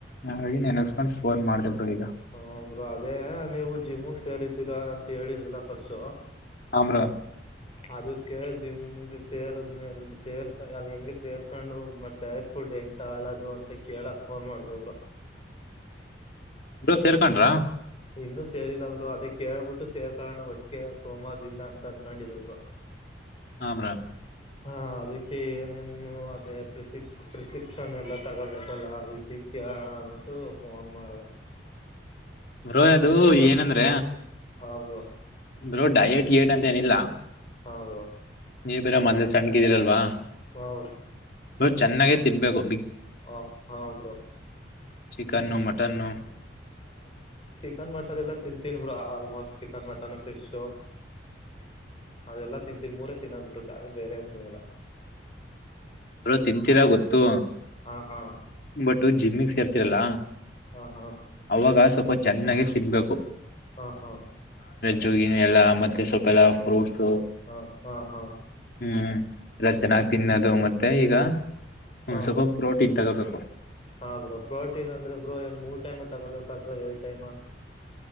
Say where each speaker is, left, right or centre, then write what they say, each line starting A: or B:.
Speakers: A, on the left; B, on the left.
A: ಹಾಗ ನೆನಸ್ಕೊಂಡು ಫೋನ್ ಮಾಡ ಈ
B: ಹ ಬ್ರರು ಅದೇ ನೀವು ಜಿಮಗ್ ಸೇರಿದ್ದೀರಾ ಅಂತ ಹೇಳಿದ್ರಲ್ಲ ಫಸ್ಟ್
A: ಆಮ್ರ
B: ಅದಕ್ಕೆ ಜಿಮ್ಗೆ ಸೇರದ್ಮೇಲೆ ಸೇರ್ಕ ಅದು ಹೆಂಗ ಸೇರ್ಕೊಂಡು ಮತ್ ಡಯಟ್ ಫುಡ್ ಹೆಂಗ್ ತಗಳೋದು ಅಂತ ಕೇಳಕ್ ಫಾಲ್ ಮಾಡಿದೆಬ್ರು
A: ಡ ಸೇರ್ಕೊಂಡ್ರಾ
B: ಇನ್ನುೂ ಸೇರಿಲ್ಲಬ್ರು ಅದೇ ಕೇಳ್ಬಿಟ್ಟು ಸೇರ್ಕೊಳ್ಳೋಣ ಒಟ್ಟಿಗೆೆ ಸೋಮವಾರದಿಂದ ಅಂತ ಅನ್ಕೊಂಡಿದಬ್ರು.
A: ಹಮ್ರ
B: ಹಾ ಅದಕ್ಕೆ ಏನೇನು ಅದೇ ಪ್ರಿಸಿಪ್ ಪ್ರಿಸ್ಕ್ರಿಪ್ಷನ್ ಎಲ್ಲ ತಗೋಬೇಕಲ್ಲ ಅದಕ್ಕೆ ಕೇಳಣ ಅಂದ್ಬಿಟ್ಟು ಫೋನ್ ಮಾಡಿದೆ
A: <inaudible> ಬ್ರಾ ಅದು ಏನಂದ್ರ
B: ಹದು
A: ಬ್ರಾ ಡಯೇಟ್ ಏಟ್ ಅಂತ ಏನಿಲ್ಲ
B: ಹಾ ಬ್ರಾ
A: ನೀವು ಬೇರ ಮೊದ್ಲೆ ಸಣ್ಣಗೆ ಇದ್ದರಲ್ವಾ
B: ಹೌ
A: ನ ಚೆನ್ನಾಗೇ ತಿನ್ಬೇಕು
B: ಹ ಹಾ ಬ್ರಾ
A: ಚಿಕನ್ ನ ಮಟನ್ ನ
B: ಹೌದು ಚಿಕನ್ ಮಟನ್ ಎಲ್ಲಾ ತಿಂತೀನ್ಬ್ರ ಆಲ್ಮೋಸ್ಟ್ ಚಿಕನ್ ಮಟನ್ ಫಿಶು ಅದೆಲ್ಲಾ ತಿಂತೀವಿ ಮೂರೇ ತಿನ್ನದ್ ಬಿತ್ತೆ ಬೇರೆ ಏನ್ ತಿಿನಲ್ಲ
A: ಅ ತಿಂತೀರಾ ಗೊತ್ತು
B: ಹಾ ಹಾ
A: ಬಟ್ ಜಿಮ್ಮಗ್ ಸೇರ್ತ ರಲ್ಲ
B: ಹಾ ಹಾ
A: ಅವಾಗ ಸ್ವಲ್ಪ ಚೆನ್ನಾಗ ತಿನ್ಬೇಕು
B: ಹಾ ಹಾ
A: ಜಗಿನ ಎಲ್ಲಾ ಮತ್ತೆ ಸ್ವಲ್ಪ ಎಲ್ಲಾ ಫ್ರೂಟ್ಸ್
B: ಹಾ ಹಾ ಹಾ
A: ಹ್ಮ್ ಎಲ್ಲ ಚೆನ್ನಾಗಿ್ ತಿನ್ನೋದು ಮತ್ತೆ ಈಗ
B: ಹಾ
A: ಸ್ವಲ್ಪ ಪ್ರೋಟೀನ್ ತಗೋಬೇಕು
B: ಹಾ ಬ್ರೋ ಪ್ರೋಟೀನ್ ಅಂದ್ರೆ ಬ್ರೋ ಏನ್ ಮೂರ್ ಟೈಮ್ ತಗೋಬೇಕ ಅಥವಾ ಏಳ್ ಟೈಮ್